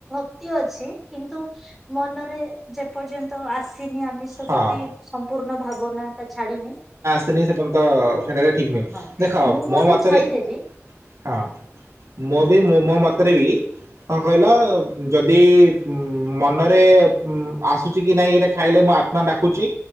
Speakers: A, in the centre; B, on the right.
A: ତୀୟ ଅଛି କିନ୍ତୁ ମନରେ ଯେପର୍ଯ୍ୟନ୍ତ ଆସିନି ଆମିଷ
B: ହଁ
A: ପ୍ରତି ସମ୍ପୂର୍ଣ୍ଣ ଭାବନା ଟା ଛାଡିିନି
B: ସିନି ସେପର୍ଯ୍ୟନ୍ତ ସେଟା ତ ଠିକ ନୁହଁ
A: ହଁ
B: ଦେଖ
A: ମୁଁ ମଧ୍ୟ
B: ମୋ ମତରେ
A: ଛାଡିଦେବି
B: ହଁ ମୁଁ
A: ହୁଁ
B: ବି ମୁ ମୋ ମତରେ ବି କଣ କହିଲ ଯଦି ଉଁ ମନରେ ଉଁ ଆସୁଛି କି ନାଇଁ ଏଇଟା ଖାଇଲେ ମୋ ଆତ୍ମା ଡାକୁଛି